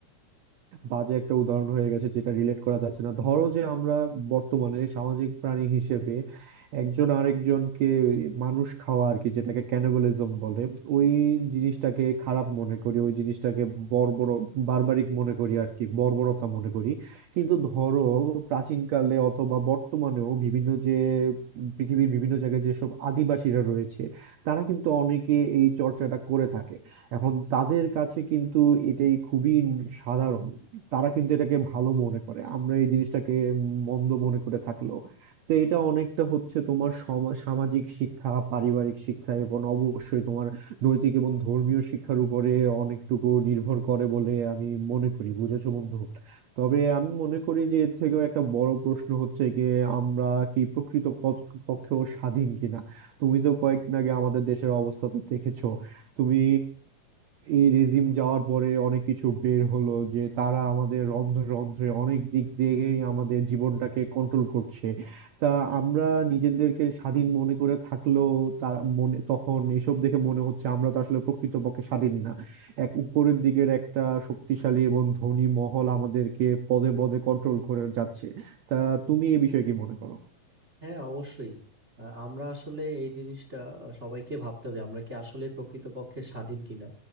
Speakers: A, on the right; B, on the right.
A: বাজে একটা উদাহরণ হয়ে গেছে যেটা রিলেট করা যাচ্ছে না ধরো যে আমরা বর্তমানে সামাজিক প্রাণী হিসেবে একজন আরেকজনকে মানুষ খাওয়া আর কি যেটাকে ক্যানিবালিজম বলে ওই জিনিসটাকে খারাপ মনে করি ওই জিনিসটাকে বর্বর বারবারিক মনে করি আর কি বর্বরতা মনে করি কিন্তু ধরো প্রাচীনকালে অথবা বর্তমানেও বিভিন্ন যে পৃথিবীর বিভিন্ন জায়গায় যেসব আদিবাসীরা রয়েছে তারা কিন্তু অনেকে এই চর্চাটা করে থাকে এখন তাদের কাছে কিন্তু এটাই খুবই সাধারণ তারা কিন্তু এটাকে ভালো মনে করে আমরা এই জিনিসটাকে মন্দ মনে করে থাকলেও তো এটা অনেকটা হচ্ছে তোমার সমা- সামাজিক শিক্ষা পারিবারিক শিক্ষা এবং অবশ্যই তোমার নৈতিক এবং ধর্মীয় শিক্ষার উপরে অনেকটুকু নির্ভর করে বলে আমি মনে করি বুঝেছো বন্ধু তবে আমি মনে করি যে এর থেকেও একটা বড় প্রশ্ন হচ্ছে যে আমরা কি প্রকৃত পথ- পক্ষেও স্বাধীন কিনা তুমি তো কয়েকদিন আগে আমাদের দেশের অবস্থা তো দেখেছো তুমি এই রেজিম যাওয়ার পরে অনেক কিছু বের হলো যে তারা আমাদের রন্ধ্রে রন্ধ্রে অনেক দিক দিয়েই আমাদের জীবনটাকে কন্ট্রোল করছে তা আমরা নিজেদেরকে স্বাধীন মনে করে থাকলেও তার মনে তখন এসব দেখে মনে হচ্ছে আমরা তো আসলে প্রকৃতপক্ষে স্বাধীন না এক উপরের দিকের একটা শক্তিশালী এবং ধনী মহল আমাদেরকে পদে পদে কন্ট্রোল করে যাচ্ছে তা তুমি এ বিষয়ে কি মনে করো
B: হ্যাঁ অবশ্যই আহ, আমরা আসলে এই জিনিসটা সবাইকে ভাবতে হবে আমরা কি আসলে প্রকৃতপক্ষে স্বাধীন কিনা